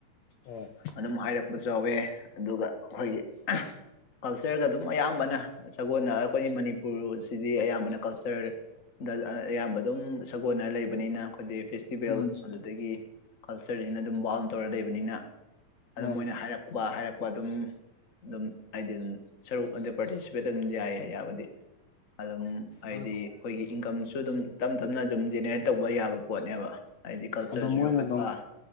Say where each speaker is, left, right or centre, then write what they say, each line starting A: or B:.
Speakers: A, on the left; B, on the left.
A: ꯍ <inaudible>
B: ꯑꯗꯨꯝ ꯍꯥꯏꯔꯛꯄꯁꯨ ꯌꯥꯎꯋꯦ ꯑꯗꯨꯒ ꯑꯩꯈꯣꯏꯒꯤ ꯀꯜꯆꯔꯒ ꯑꯗꯨꯝ ꯑꯌꯥꯝꯕꯅ ꯁꯒꯣꯜꯅ ꯑꯩꯈꯣꯏꯒꯤ ꯃꯅꯤꯄꯨꯔꯁꯤꯗꯤ ꯑꯌꯥꯝꯕꯅ ꯀꯜꯆꯔ ꯗ ꯑꯌꯥꯝꯕ ꯑꯗꯨꯝ ꯁꯥꯒꯣꯟꯅ ꯂꯩꯕꯅꯤꯅ ꯑꯩꯈꯣꯏꯗꯤ ꯐꯦꯁꯇꯤꯚꯦꯜ
A: ꯃꯥꯅꯤ
B: ꯑꯗꯨꯗꯒꯤ ꯀꯜꯆꯔꯁꯤꯅ ꯑꯗꯨꯝ ꯕꯥꯎꯟ ꯇꯧꯔ ꯂꯩꯕꯅꯤꯅ ꯑꯗꯨ
A: ꯃꯥꯅꯦ
B: ꯃꯣꯏꯅ ꯍꯥꯏꯔꯛꯄ ꯍꯥꯏꯔꯛꯄ ꯑꯗꯨꯝ ꯑꯗꯨꯝ ꯍꯥꯏꯗꯤ ꯑꯗꯨꯝ ꯁꯔꯨꯛ ꯑꯗꯨ ꯄꯥꯔꯇꯤꯁꯤꯄꯦꯠ ꯑꯗꯨꯝ ꯌꯥꯏꯌꯦ ꯌꯥꯕꯗꯤ ꯑꯗꯨꯝ ꯍꯥꯏꯗꯤ
A: ꯑꯣ
B: ꯑꯩꯈꯣꯏꯒꯤ ꯏꯟꯀꯝꯁꯨ ꯑꯗꯨꯝ ꯇꯞ ꯇꯞꯅ ꯑꯗꯨꯝ ꯖꯦꯅꯦꯔꯦꯠ ꯇꯧꯕ ꯌꯥꯕ ꯄꯣꯠꯅꯦꯕ ꯍꯥꯏꯗꯤ ꯀꯜꯆꯔꯁꯨ
A: ꯑꯗꯣ ꯃꯣꯏꯅ
B: ꯌꯣꯛꯈꯠꯄ
A: ꯑꯗꯨꯝ